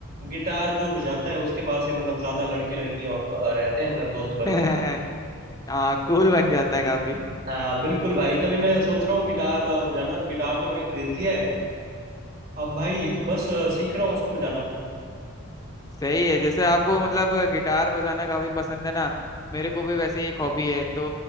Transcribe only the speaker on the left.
<laughs>
आ, कूल बन जाता है काफी
सही है जैसे आपको मतलब गिटार बजाना काफी पसंद है ना मेरे को भी वैसे ही एक हॉबी है तो